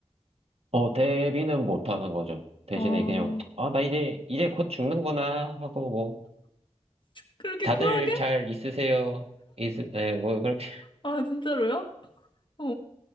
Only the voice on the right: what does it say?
어, 대비는 못 하는 거죠. 대신에
그냥, 아, 나 이제, 이제 곧 죽는구나 하고 뭐,
다들
잘 있으세요. 있, 네, 뭐, 그렇게,